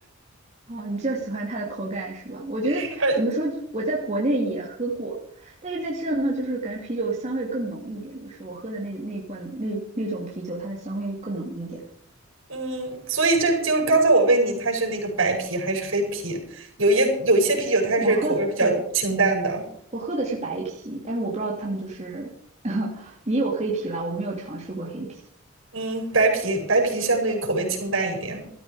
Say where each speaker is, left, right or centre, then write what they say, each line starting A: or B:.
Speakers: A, on the right; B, on the right.
A: 哦，你比较喜欢它的口感是吧？我觉得怎么说，
B: <laughs> 而
A: 我在国内也喝过，但是在这呢，就是感觉啤酒香味更浓一点，就是我喝的那那一罐那那种啤酒，它的香味更浓一点。
B: 嗯，所以这就是刚才我问你，它是那个白啤还是黑啤？有一有一些啤酒它是口味比较清淡的，
A: 我喝的，对。我喝的是白啤，但是我不知道他们就是 <laughs> 也有黑啤啦，我没有尝试过黑啤。
B: 嗯，白啤白啤相对口味清淡一点。